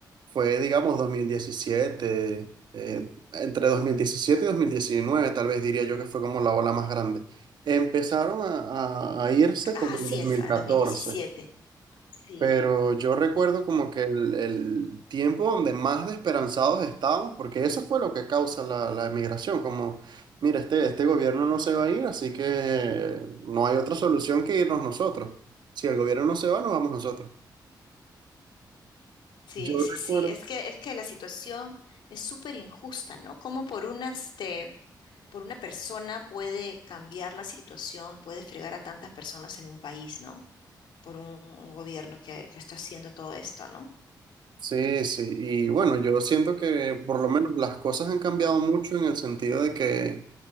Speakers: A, on the right; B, on the left.
A: fue, digamos, 2017, eh, entre 2017 y 2019 tal vez diría yo que fue como la ola más grande. Empezaron a, a- a irse
B: Ah,
A: como
B: así
A: en dos
B: es,
A: mil
B: en
A: catorce
B: dos mil diecisiete. Sí.
A: Pero yo recuerdo como que el, el
B: Ujú.
A: tiempo donde más desesperanzados estábamos, porque eso fue lo que causa la, la emigración, como, mira, este, este gobierno no se va a ir, así que no hay otra solución que irnos nosotros. Si el gobierno no se va, nos vamos nosotros.
B: Sí,
A: Yo
B: sí,
A: recuerdo.
B: sí. Es que, es que la situación es súper injusta, ¿no? Como por una, este, por una persona puede cambiar la situación, puede fregar a tantas personas en un país, ¿no? Por un, un gobierno que, que está haciendo todo esto, ¿no?
A: Sí, sí, y bueno, yo siento que por lo menos las cosas han cambiado mucho en el sentido de que